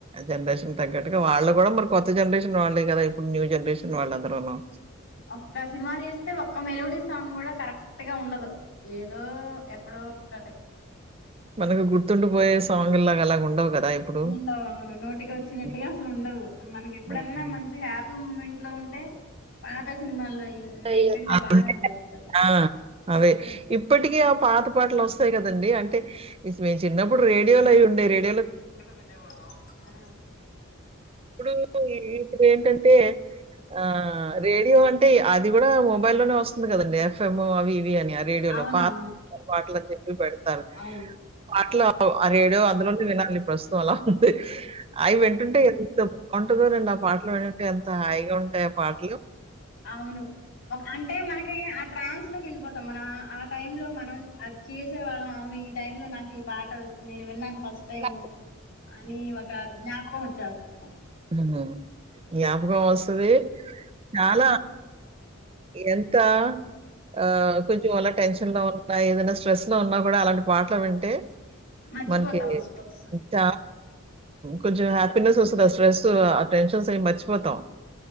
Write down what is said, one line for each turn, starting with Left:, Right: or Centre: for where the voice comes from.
Right: జనరేషన్ తగ్గట్టుగా వాళ్ళ కూడా మరి కొత్త జనరేషన్ వాళ్ళే కదా ఇప్పుడు న్యూ జనరేషన్ వాళ్ళందరూను
Left: ఒక్క సినిమా తీస్తే ఒక్క మెలోడీ సాంగ్ గూడా కరెక్ట్గా ఉండదు. ఏదో ఎక్కడో ఒక్కటే
Right: మనకి గుర్తుండి పోయే సాంగుల్లగా అలా ఉండవు కదా ఇప్పుడు.
Left: ఉండవు అవును నోటికోచ్చినట్టుగా
Right: హ్మ్.
Left: అసలు ఉండవు మనకి ఎప్పుడన్నా
Right: హ్మ్.
Left: మంచి హ్యాపీ మ్మ్ ఇంట్లో ఉంటే పాత సినిమాల్లో వింటుంటే
Right: అయ్యో అ
Left: బాగా అనిపిస్తది
Right: అ అవే ఇప్పటికి ఆ పాత పాటలు వస్తాయి కదండి అంటే మీ చిన్నప్పుడు రేడియోలో అయి ఉండే రేడియో
Left: వినేవాళ్ళం ఆ
Right: ఇప్పుడూ ఇప్పుడు ఏంటంటే ఆ రేడియో అంటే అది కూడా మొబైల్లోనే వస్తుంది కదండి ఎఫ్ఎం అవి అవి ఆ రేడియోలో
Left: అవునవును
Right: పాత పట్లని చెప్పి పెడతారు
Left: అవును
Right: అట్లా ఆ రేడియో అందులోనే విన మళ్ళీ ప్రస్తుతం అలా ఉంటే అవి వింటుంటే ఎంత బాగుంటదోనండి ఆ పాటలు వింటంటే ఎంత హాయి ఉంటాయి ఆ పాట్లు
Left: అవును అంటే మనకి ఆ ట్రాన్స్ లోకి వెళ్ళిపోతాం మనా ఆ టైంలో మనం అది చేసేవాళ్ళం ఆవని టైంలో నాకు ఈ పాట నేను విన్నాను ఫస్ట్ టైము
Right: న
Left: అని ఒక జ్ఞాపకం వచ్చేస్తది
Right: హ్మ్మ్ జ్ఞాపకం వస్తాది చాలా ఎంతా ఆ కొంచెం ఆలా టెన్షన్ లో ఉన్నా ఏదైనా స్ట్రెస్ లో ఉన్నా కూడా అలాంటి పాటలు వింటే
Left: మర్చిపోతాం
Right: మన్కి
Left: స్ట్రెస్
Right: ఇంత కొంచెం హ్యాపీనెస్ వస్తది ఆ స్ట్రెస్ ఆ టెన్షన్స్ ఏం మర్చిపోతాం